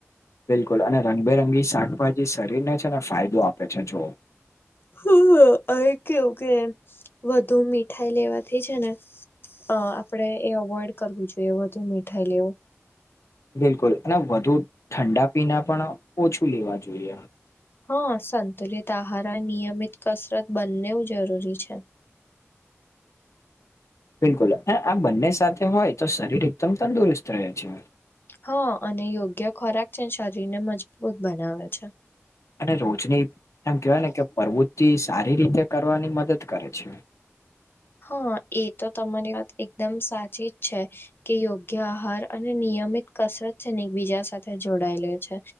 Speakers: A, on the left; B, on the left.
A: બિલકુલ, અને રંગબેરંગી શાકભાજી શરીરને છે ને, ફાયદો આપે છે જુઓ.
B: હ અ અયે કેવું કે વધુ મીઠાઈ લેવાથી છે ને અ આપડે એ અવોઈડ કરવું જોઈએ વધુ મીઠાઈ લેવું.
A: બિલકુલ અને વધુ ઠંડા પીના પણ ઓછું લેવા જોઈએ.
B: હ સંતુલિત આહાર, નિયમિત કસરત બંનેઉ જરૂરી છે.
A: બિલકુલ અ આ બંને સાથે હોય તો શરીર એકદમ તંદુરસ્ત રહે છે.
B: હ અને યોગ્ય ખોરાક છે શરીર ને મજબૂત બનાવે છે.
A: અને રોજની એમ કેહેવાય ને કે પરવૃત્તિ સારી રીતે કરવાની મદદ કરે છે.
B: હા એ તો તમારી વાત એકદમ સાચી જ છે કે યોગ્ય આહાર. અને નિયમિત કસરત છે ને એકબીજા સાથે જોડાયેલો છે